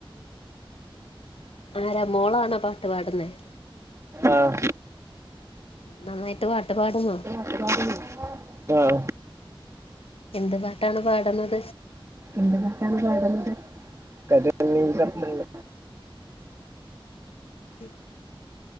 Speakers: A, on the left; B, on the right.
A: ആരാ മോളാണോ പാട്ട് പാടുന്നേ
B: ആഹ്
A: നന്നായിട്ട് പാട്ടുപാടുമോ
B: ആഹ്
A: എന്ത് പാട്ടാണ് പാടുന്നത്
B: എന്ത് പാട്ടാണ് പാടുന്നത് കരിനീല കണ്ണുള്ള
A: ഉം